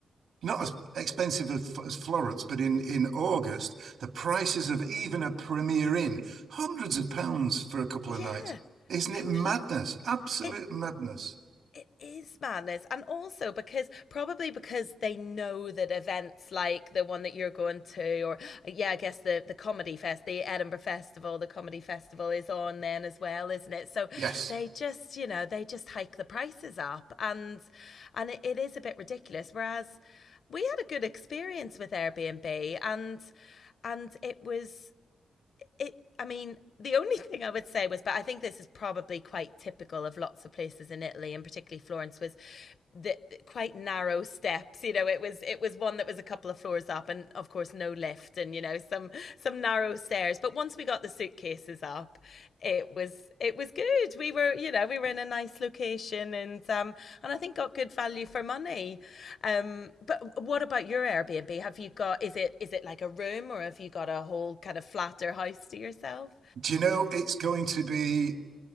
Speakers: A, on the right; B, on the left.
A: not as expensive as, as Florence, but in in August the prices of even a Premier Inn hundreds of pounds for a couple
B: yeah,
A: of nights. Isn't
B: complete.
A: it madness? Absolute
B: It
A: madness.
B: It is madness. And also because probably because they know that events like the one that you're going to, or uh, yeah, I guess the, the comedy fest, the Edinburgh Festival, the comedy festival is on then as well, isn't it? So
A: Yes.
B: they just, you know, they just hike the prices up and and it, it is a bit ridiculous. Whereas we had a good experience with Airbnb and and it was it I mean, the only thing I would say was, but I think this is probably quite typical of lots of places in Italy, and particularly Florence, was the, the quite narrow steps. You know, it was it was one that was a couple of floors up, and of course no lift, and you know some some narrow stairs. But once we got the suitcases up, it was it was good. We were you know we were in a nice location, and um and I think got good value for money. Um, but what about your Airbnb? Have you got is it is it like a room or have you got a whole kind of flat or house to yourself?
A: Do you know it's going to be